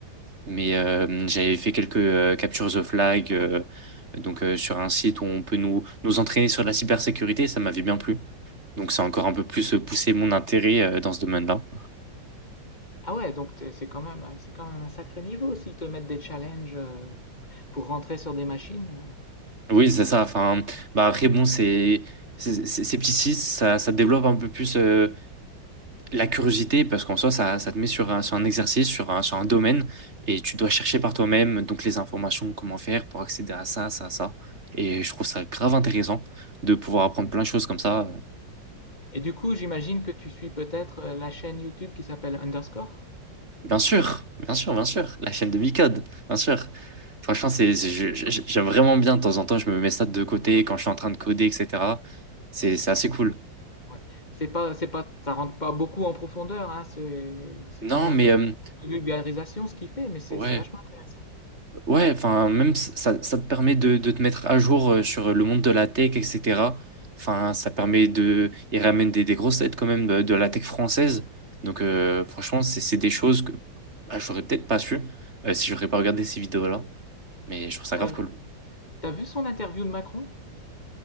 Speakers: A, on the right; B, on the left.
A: Mais euh, j'avais fait quelques euh, captures the flag euh, donc euh, sur un site où on peut nous, nous entraîner sur la cybersécurité. Ça m'avait bien plu. Donc ça a encore un peu plus poussé mon intérêt euh, dans ce domaine-là.
B: Ah ouais, donc t'es- c'est quand même, c'est quand même un sacré niveau s'ils te mettent des challenges euh, pour rentrer sur des machines.
A: Oui, c'est ça. Enfin, bah après, bon, c'est, c'est- c'est- ces petits six, ça, ça développe un peu plus euh, la curiosité parce qu'en soi, ça, ça te met sur un, sur un exercice, sur un, sur un domaine et tu dois chercher par toi-même donc les informations, comment faire pour accéder à ça, ça, ça. Et je trouve ça grave intéressant de pouvoir apprendre plein de choses comme ça. euh.
B: Et du coup, j'imagine que tu suis peut-être euh, la chaîne YouTube qui s'appelle Underscore?
A: Bien sûr, bien sûr, bien sûr. La chaîne de Micode, bien sûr. Franchement, c'est, c'est- je- je- j'aime vraiment bien. De temps en temps, je me mets ça de côté quand je suis en train de coder, etc. C'est, c'est assez cool.
B: Ouais. C'est pas, c'est pas, ça rentre pas beaucoup en profondeur, hein, c'est, c'est
A: Non,
B: quand même
A: mais
B: un peu
A: euh,
B: de vulgarisation ce qu'il fait, mais c'est,
A: ouais.
B: c'est vachement intéressant.
A: Ouais, enfin, même ça, ça te permet de, de te mettre à jour euh, sur le monde de la tech, etc. Enfin, ça permet de. Il ramène des, des grosses têtes quand même de, de la tech française. Donc, euh, franchement, c'est c'est des choses que bah, j'aurais peut-être pas su euh, si j'aurais pas regardé ces vidéos-là. Mais je trouve ça
B: T'as,
A: grave cool.
B: t'as vu son interview de Macron?